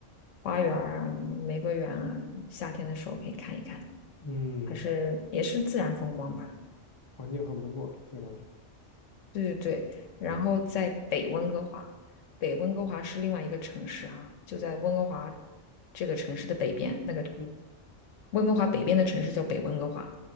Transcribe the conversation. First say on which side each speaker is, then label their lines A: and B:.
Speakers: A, on the left; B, on the left.
A: 花园儿啊、玫瑰园啊，夏天的时候可以看一看，
B: 嗯，
A: 还是也是自然风光吧。
B: 环境很不错，听上去。
A: 对对对，然后在北温哥华，北温哥华是另外一个城市哈、就在温哥华这个城市的北边，那个
B: 嗯
A: 温哥华北边的城市叫北温哥华，